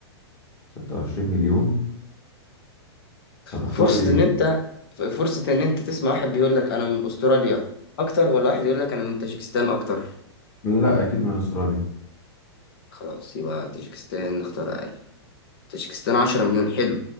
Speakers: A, on the left; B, on the left.
A: 26 مليون هتختار
B: فرصة
A: ايه؟
B: ان انت فرصة ان انت تسمع واحد بيقول لك انا من استراليا اكتر ولا واحد يقول لك انا من تاجيكستان اكتر
A: لا اكيد من استراليا
B: خلاص يبقى تاجيكستان نختار اقل تاجيكستان 10 مليون حلو